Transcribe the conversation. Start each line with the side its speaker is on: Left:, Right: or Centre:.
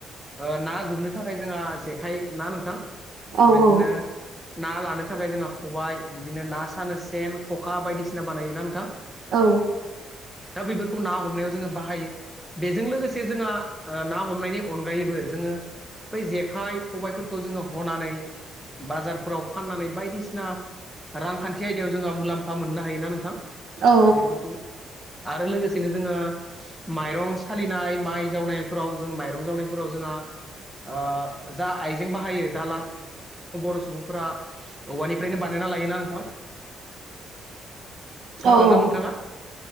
Centre: ओ ना गुरनो थाखाय जोंहा जेखाय ना नोंथां
Right: औ
Centre: बेदिनो ना लानो थाखाय जोंहा खबाय बिदिनो ना सानो सेन खखा बायदिसिना बानायोना नोंथां।
Right: औ
Centre: दा बेैफोरखौ ना हमनायाव जोङो बाहायो बेजों लोगोसे जोंहा ओ ना हमनायनि अनगायैबो जोङो बै जेखाइ खबायफोरखौ जोङो हनानै बाजारफोराव फाननानै बायदिसिना रांखान्थि आयदायाव जोंहा मुलाम्फा मोननो हायोना नोंथां
Right: औ
Centre: बेफोरखौ आरो लोगोसेनो जोङो माइरं सालिनाय माइ जावनायफोराव जों माइरं जावनायफोराव जोंहा आ जा आइजें बाहायो दाला बर' सुबुंफोरा औवानिफ्रायनो बानायना लायोना नोंथां खोनादोंना
Right: औ औ
Centre: नोंथाङा?